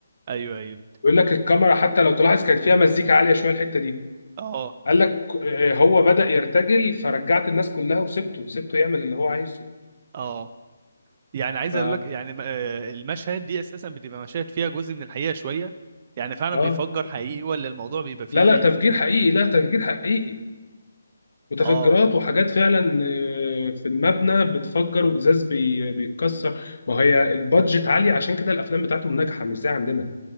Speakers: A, on the right; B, on the left.
A: ايوه ايوه
B: بيقول لك الكاميرا حتى لو تلاحظ كان فيها مزيكا عالية شوية الحتة دي
A: اه
B: قال لك آه، هو بدأ يرتجل فرجعت الناس كلها وسبته سبته يعمل اللي هو عايزه
A: اه يعني عايز
B: ف
A: اقول لك يعني آه، المشهد دي اساسا بتبقى مشاهد فيها جزء من الحقيقه شويه يعني فعلا
B: اه
A: بيفجر حقيقي ولا الموضوع بيبقى فيه
B: لا لا تفجير حقيقي لا تفجير حقيقي متفجرات
A: اه
B: وحاجات فعلا آه، في المبنى بتفجر وازاز بي- بيتكسر ما هي البادجت عاليه عشان كده الافلام بتاعتهم ناجحه مش زي عندنا